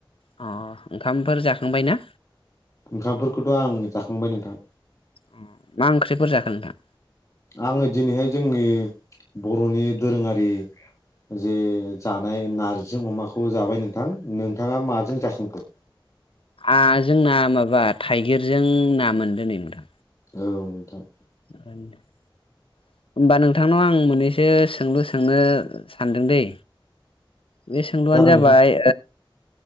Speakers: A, on the left; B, on the left.
A: अ ओंखामफोर जाखांबाय ना
B: ओंखामफोरखौथ' आं जाखांबाय नोंथां
A: अ मा ओंख्रिफोर जाखो नोंथां
B: आङो दिनैहाय जोंनि बर'नि दोरोङारि जे जानाय नारजि अमाखौ जाबाय नोंथां नोंथाङा माजों जाखांखो
A: आ आ जोंना माबा थाइगिरजों ना मोन दो नै नोंथां
B: औ नोंथां
A: <inaudible> होमबा नोंथांनाव आं मोननैसो सोंलु सोंनो सानदों दै बे सोंलुआनो
B: जागोन
A: जाबाय
B: नोंथां